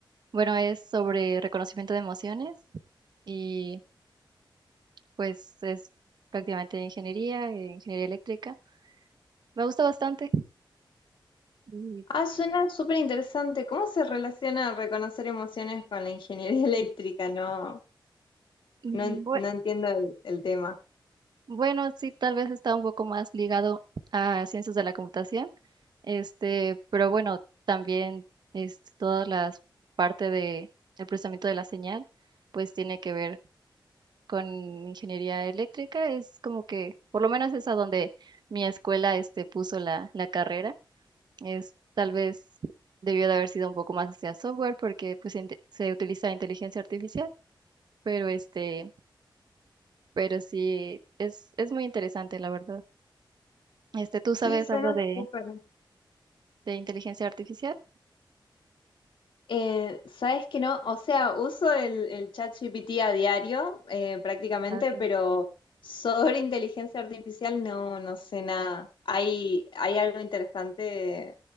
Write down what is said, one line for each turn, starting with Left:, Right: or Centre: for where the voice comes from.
Right: bueno, es sobre reconocimiento de emociones. y pues es prácticamente de ingeniería, eh, ingeniería eléctrica. Me gusta bastante. Y,
Left: Ah, suena súper interesante. ¿Cómo se relaciona reconocer emociones con la ingeniería <laughs> eléctrica? No,
Right: mm,
Left: no, en-
Right: bue-
Left: no entiendo el, el tema.
Right: bueno, sí, tal vez está un poco más ligado a ciencias de la computación, este, pero bueno, también este, todas las partes de el procesamiento de la señal, pues tiene que ver con ingeniería eléctrica. Es como que, por lo menos es a donde mi escuela este, puso la, la carrera. Es tal vez debió de haber sido un poco más hacia software porque pues inte- se utiliza inteligencia artificial, pero este, pero sí es es muy interesante la verdad. Este, ¿tú sabes
Left: Sí, suena
Right: algo de
Left: súper.
Right: de inteligencia artificial?
Left: Eh, ¿sabes que no? O sea, uso el, el ChatGPT a diario, eh, prácticamente,
Right: Ah, Okay.
Left: pero sobre inteligencia artificial no, no sé nada. ¿Hay, hay algo interesante